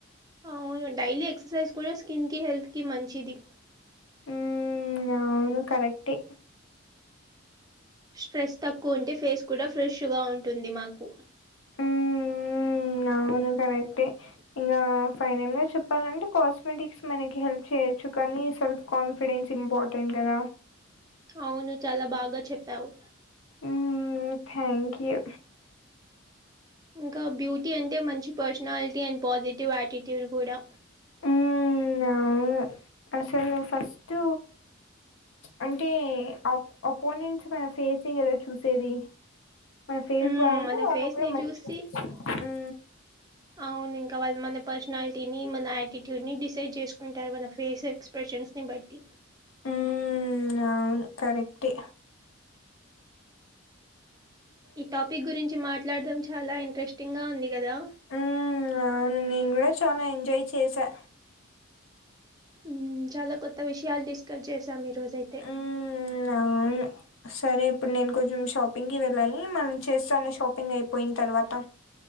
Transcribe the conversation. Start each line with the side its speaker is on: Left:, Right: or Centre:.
Right: అవును డైలీ ఎక్సర్సైజ్ కూడా స్కిన్ కి హెల్త్ కి మంచిది
Left: ఉ ఆవును కరక్టే
Right: స్ట్రెస్ తక్కువ ఉంటే ఫేస్ కూడా ఫ్రెష్గా ఉంటుంది మాకు
Left: మ్మ్ అవును కరెక్టే ఇంకా ఫైనల్ గా చెప్పాలంటే కాస్మెటిక్స్ మనకి హెల్ప్ చేయొచ్చు చు కానీ సెల్ఫ కాన్ఫిడెస్ ఇంపార్ర్టెంట్ కద
Right: అవును చాలా బాగా చెప్పావు
Left: ఉమ్మో థ్యాంక్ యూ
Right: ఇంకా బ్యూటీ అంటే మంచి పర్సనాలిటీ అండ్ పాజిటివ్ వాటిట్యూడ్ కూడా
Left: మ్మ్ అవును అసలు ఫస్ట్ అంటే అపోనెంట్స్ మన ఫేస్ గదా చూసేది మ ఫేస్
Right: మ్మ్,
Left: బాగుంటే
Right: మన
Left: వాళ్ళు
Right: ఫేస్
Left: కూడా
Right: ని
Left: మంచి
Right: చూసి
Left: ఊ
Right: అవును ఇంకా వాళ్ళు మన పర్సనాలిటీని మన ఆయాటిట్యూడ్ ని డిసైడ్ చేసుకుంటారు మన ఫేస్ ఎక్స్ప్రెషన్ షన్స్ ని బట్టి
Left: ఉ అవును కరెక్టే
Right: ఈ టాపిక్ గురించి మాట్లాడం చాలా ఇంట్రెస్టింగ్ గా ఉంది కదా
Left: ఉ అవును నేను కూడా చాలా ఎంజాయ్ చేసా
Right: ఉ చాలా కొత్త విషయాలు డిస్కస్ చేసాం ఈరోజయితే
Left: మ్మ్ అవును సరే ఇప్పుడు నేను కొంచెం షాపింగ్కి వెళ్ళాలి మనని చేస్తాను షాపింగ్ అయిపోయిన తర్వాత